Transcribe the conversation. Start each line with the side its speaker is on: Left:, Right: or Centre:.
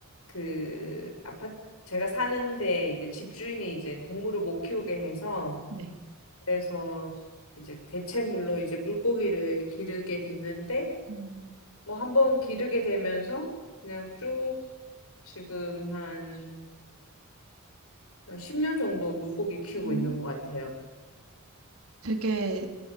Left: 그 아파트 제가 사는데 이제 집주인이 이제 동물을 못 키우게 해서
Right: 네.
Left: 그래서 이제 대체물로 이제 물고기를 기르게 됐는데
Right: 음.
Left: 뭐 한번 기르게 되면서 그냥 쭉 지금 한 10년 정도 물고기 키우고
Right: 오
Left: 있는 것 같아요.
Right: 되게